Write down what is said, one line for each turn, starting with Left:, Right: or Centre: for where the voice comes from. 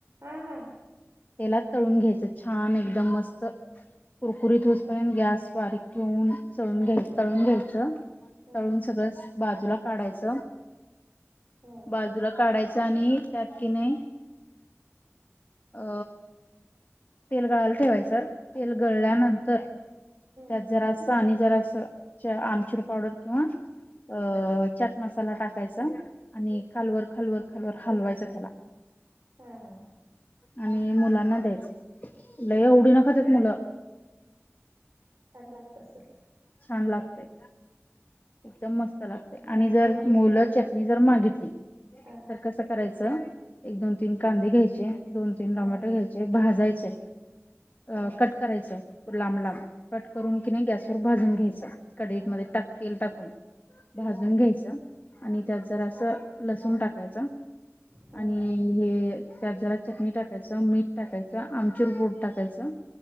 Right: ह हा
Left: तेलात तळून घ्यायचं छान एकदम मस्त कुरकुरीत होऊसपर्यंत
Right: हा
Left: गॅस बारीक ठेऊन चळून घ्यायच. तळून घ्यायचं.
Right: हा
Left: तळून सगळं बाजूला काढायच.
Right: हा
Left: बाजूला काढायचं आणि त्यात कि नाही अ तेल गळायला ठेवायचं. तेल
Right: हम्म
Left: गळल्यानंतर
Right: हम्म
Left: त्यात जरासं आणि जरासं आमचुर
Right: हम्म
Left: पावडर किंवा अ चाट मसाला टाकायचा आणि खालवर खालवर खालवर हलवायचा त्याला
Right: हा हा
Left: आणि मुलांना द्यायच लई आवडीन खात्यात मुलं
Right: छान लागत असल.
Left: छान लागतय. एकदम मस्त लागतय आणि जर मुलं चटणी जर मागितली
Right: हा
Left: तर कसं करायचं एक दोन तीन कांदे घ्यायचे. दोन तीन टोमॅटो
Right: हा
Left: घ्यायचे. भाजायचे. अ
Right: हा
Left: कट करायच. लांब लांब कट करून कि नाही गॅसवर भाजून घ्यायच. कढईतमध्ये
Right: हा
Left: तेल टाकून भाजून
Right: हा हा
Left: घ्यायच आणि त्यात जरा अस लस टाकायचा
Right: हा
Left: आणि हे त्यात जरा चटणी टाकायचं. मीठ टाकायचं. आमचूर पूड टाकायचं.